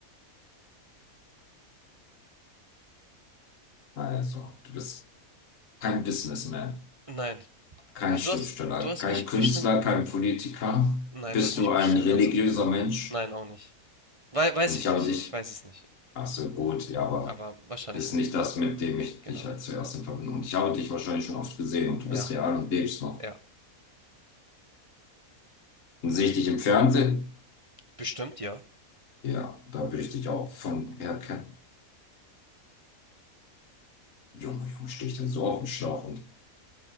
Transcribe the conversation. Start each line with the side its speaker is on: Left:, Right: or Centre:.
Left: Also, du bist kein Businessman,
Right: Nein.
Left: kein
Right: Äh,
Left: Schriftsteller,
Right: Du hast, du hast
Left: kein
Right: mich
Left: Künstler,
Right: bestimmt,
Left: kein Politiker.
Right: nein,
Left: Bist
Right: du hast mich
Left: du ein
Right: bestimmt
Left: religiöser
Right: ganz oft gesehen.
Left: Mensch?
Right: Nein, auch nicht. Wei weiß
Left: Und
Right: ich
Left: ich
Right: nicht.
Left: habe dich,
Right: Ich weiß es nicht.
Left: ach so, gut, ja, aber
Right: Aber wahrscheinlich
Left: ist
Right: nicht.
Left: nicht das, mit dem ich
Right: Genau.
Left: dich halt zuerst in Verbindung. Und ich habe dich wahrscheinlich schon oft gesehen und du
Right: Ja,
Left: bist real und lebst noch.
Right: ja.
Left: Und sehe ich dich im Fernsehen?
Right: Bestimmt ja.
Left: Ja, da würde ich dich auch von her kennen. Junge, Junge, stehe ich denn so auf dem Schlauch? Und